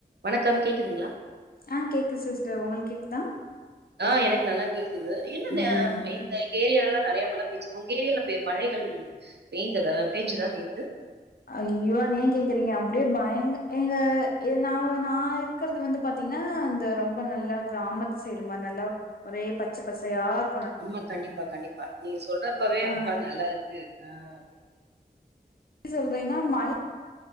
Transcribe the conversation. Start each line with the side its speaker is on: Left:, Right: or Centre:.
Right: வணக்கம் கேக்குதுங்களா
Left: ஆஹ் கேக்குது சிஸ்டர் உங்களுக்கு கேக்குதா
Right: ஆஹ் எனக்கு நல்லா கேக்குது என்ன
Left: ம்
Right: எங்க ஏரியால எல்லாம் நிறைய மழ பெஞ்சுதுங்க உங்க ஏரியால் மழைகள் பெய்ந்த பெயஞ்சுதான் நேர்த்து
Left: ஐயோ அத ஏன் கேக்குறீங்க அப்படியே பயங்க எங்க ந நான் இருக்கிறது வந்து பாத்தீங்கன்னா இந்த ரொம்ப நல்லா கிராமத்து சைடு மாதிரி நல்லா ஒரே பச்சை பசை யாரு
Right: ஆமா கண்டிப்பா கண்டிப்பா நீங்க சொல்றப்பவே
Left: ஆ
Right: ஹ நல்லா இருக்கு ஆஹ்
Left: டி சொல்றன்னா மழ